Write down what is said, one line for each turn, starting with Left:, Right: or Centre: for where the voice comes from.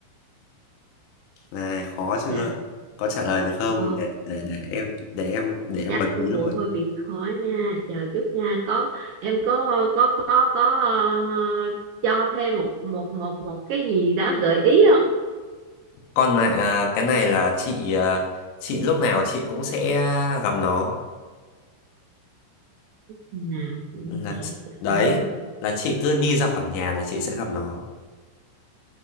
Left: này khó chưa
Right: càng
Left: có trả lời được không
Right: ồ
Left: để để để em để em để em
Right: chắc
Left: bật
Right: cô
Left: mí
Right: bộ
Left: luôn
Right: hơi bị khó nha chờ chút nha có em có có có có ờ, cho thêm một một một một cái gì đó gợi ý không
Left: Còn là à, cái này là chị à, chị lúc nào chị cũng sẽ gặp nó
Right: nào cũng
Left: là
Right: sẽ
Left: chị-
Right: gặp
Left: đấy
Right: nó
Left: là chị cứ đi ra khỏi nhà là chị sẽ gặp nó.